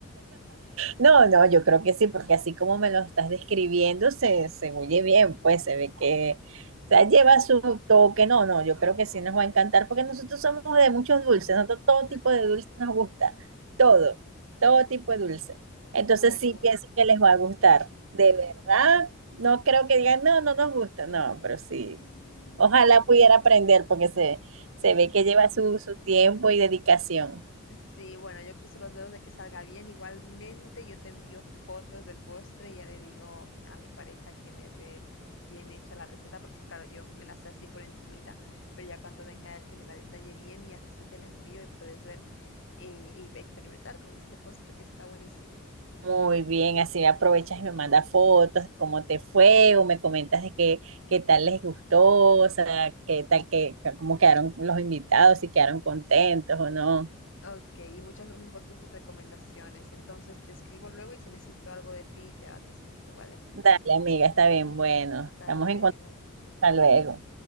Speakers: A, on the right; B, on the left.
A: No, no, yo creo que sí, porque así como me lo estás describiendo, se, se oye bien, pues se ve que o sea, lleva su toque. No, no, yo creo que sí nos va a encantar, porque nosotros somos de muchos dulces, nosotros todo
B: <laughs>
A: tipo de dulce nos gusta, todo, todo tipo de dulce.
B: Bueno,
A: Entonces sí pienso
B: bueno.
A: que les va a gustar. De verdad, no creo que digan, no, no nos gusta, no, pero sí.
B: <laughs>
A: Ojalá pudiera aprender, porque se,
B: Es-
A: se ve que lleva su, su tiempo y dedicación.
B: Sí, bueno, yo cruzo los dedos de que salga bien. Igualmente, yo te envío fotos del postre y ya le digo a mi pareja que me dé bien hecha la receta, porque claro, yo me la sé así por encimita, pero ya cuando venga él que me la detalle bien y así te la envío y puedes ver eh, y experimentar con este postre que está buenísimo.
A: Muy bien, así me aprovechas y me mandas fotos de cómo te fue o me comentas de qué, qué tal les gustó, o sea, qué tal, que cómo quedaron los invitados, si quedaron contentos o no.
B: Ok, y muchas gracias por tus recomendaciones. Entonces te escribo luego y si necesito algo de ti ya te escribo, ¿vale?
A: Dale, amiga, está bien, bueno,
B: Dale
A: estamos en contacto, hasta luego.